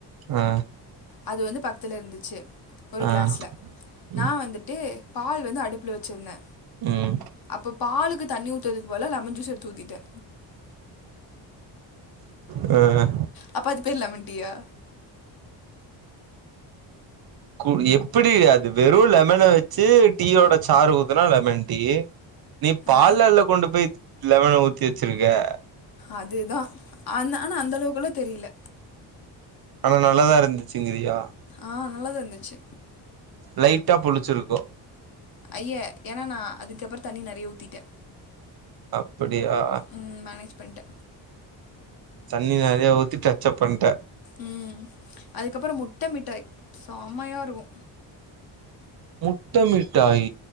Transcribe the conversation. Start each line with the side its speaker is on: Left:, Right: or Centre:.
Right: ஆ
Left: அது வந்து பக்துல இருந்துச்சு ஒரு
Right: ஆ
Left: கிளாஸ்ல நா
Right: ம்
Left: வந்துட்டு பால் வந்து அடுப்பில வெச்சுருந்தே
Right: உம்
Left: அப்ப பாலுக்கு தண்ணி ஊத்துறதுக்கு பதிலா லெமன் ஜூஸ் எடுத்து ஊத்திட்டே
Right: ஆ
Left: அப்போ அது பேர் லெமன் டீ‌யா
Right: கு எப்படி அது வெறு லெமன வெச்சு டீயோட சாரு ஊத்துனா லெமன் டீ நீ பால்லல்ல
Left: ஆ
Right: கொண்டு போய் லெமன ஊத்தி வெச்சிருக்கே
Left: அதுதா ஆனா அந்த அளவுக்கல்லா தெரியல
Right: ஆனா நல்லாதா இருந்துச்சுங்கிரியா
Left: ஆ நல்லாதா இருந்துச்சு
Right: லைட்டா புளிச்சிருக்கு
Left: ஐயே ஏன்னா நா அதுக்கப்புறோ தண்ணி நெறையா ஊத்திட்டே
Right: அப்படியா
Left: உம் மேனேஜ் பண்ணிட்டே
Right: தண்ணி நெறைய ஊத்தி டச்அப் பண்ட
Left: உம் அதுக்கப்புறோ முட்ட மிட்டாய் சம்மையா இருக்கு
Right: முட்ட மிட்டாயி